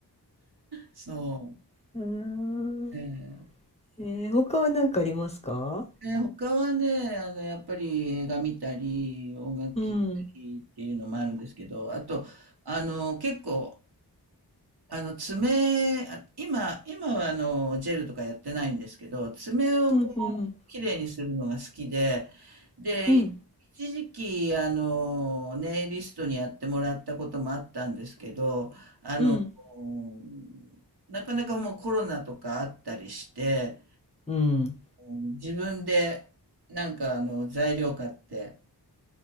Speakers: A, on the right; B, on the left.
A: う。そう。
B: うーん。
A: ええ
B: えー他は何かありますか
A: えー、他はね、あの、やっぱり映画見たり、音楽聴いたりっていうのもあるんですけど、
B: うん、
A: あと、あの、結構、あの、爪、あ今、今はあの、ジェルとかやってないんですけど、爪をこう、
B: うん、うん、
A: 綺麗にするのが好きで、で、
B: うん、
A: 一時期、あの、ネイリストにやってもらったこともあったんですけど、
B: うん。
A: うんなかなかもうコロナとかあったりして、
B: うん
A: うん自分で、なんかあの、材料買って、